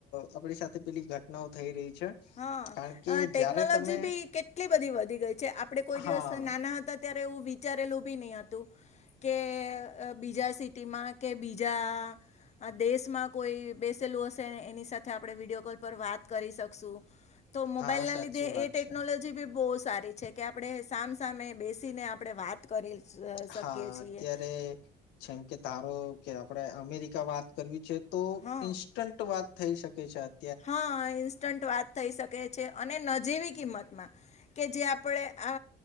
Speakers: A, on the left; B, on the left.
A: આપડી સાથે પેલી ઘટનાઓ થઈ રહી છે.
B: હા
A: કારણ કે
B: ટેકનોલોજી
A: જયારે તમે
B: બી કેટલી બધી વધી ગઈ છે આપડે કોઈ
A: હા
B: દિવસ નાના હતા અત્યારે એ વિચારેલું બી નહ હતું કે બીજા સિટીમાં કે બીજા આ દેશમાં કોઈ બેસેલું હશેને એની સાથે આપણે વિડીિયો કોલ પર વાત કરી શકશું. તો મોબાઈલ
A: હા
B: ના
A: સાચી
B: લીધે
A: વાત
B: એ ટેકનોલોજી
A: છે.
B: બી બો સારી છે કે આપણે સામસામે બેસીને આપણે વાત કરી સ
A: હા
B: શકીએ છીએ
A: અત્યારે જેમ કે તારો કે આપડે અમેરિકા વાત કરવી છે તો
B: હા
A: ઈ
B: હા ઈન્સ્ટન્ટ વાત થઈ શકે છે અને નજીવી કિંમતમાં કે જે આપણે અ